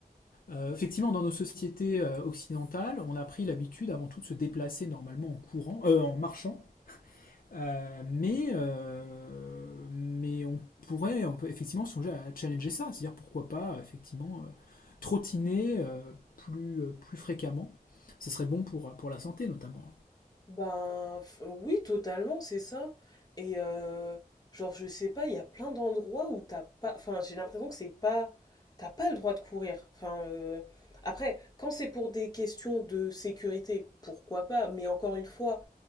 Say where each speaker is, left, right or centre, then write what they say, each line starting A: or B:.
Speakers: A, on the left (about 70°); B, on the left (about 25°).
A: euh, effectivement, dans nos sociétés euh, occidentales, on a pris l'habitude avant tout de se déplacer normalement en courant, euh, en marchant, Euh, mais euh, mais on pourrait, on peut effectivement songer à challenger ça, c'est-à-dire pourquoi pas euh, effectivement euh, trottiner euh, plus euh, plus fréquemment. Ce serait bon pour pour la santé notamment.
B: Ben f- oui, totalement, c'est ça. Et euh, genre, je sais pas, il y a plein d'endroits où t'as pas. Enfin, j'ai l'impression que c'est pas. T'as pas le droit de courir. Enfin, euh, après, quand c'est pour des questions de sécurité, pourquoi pas? Mais encore une fois,